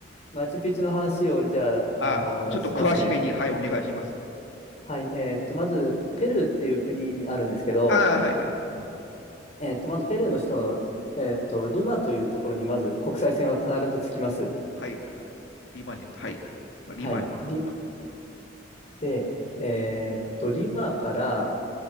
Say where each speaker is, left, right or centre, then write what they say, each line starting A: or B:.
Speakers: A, on the left; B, on the left.
A: マチュピチュの話を、じゃあ、
B: あ、
A: あのしますね。
B: ちょっと詳しめに、はい、お願いします。
A: はい、えーっと、まず、ペルーっていう国にあるんですけど、
B: ああ、はいはいはい。うん
A: えっと、まずペルーの首都の、えっと、リマというところにまず国際線は必ず着きます。
B: はい、リマニはい、
A: はい。
B: リマニ
A: リで、えっと、リマから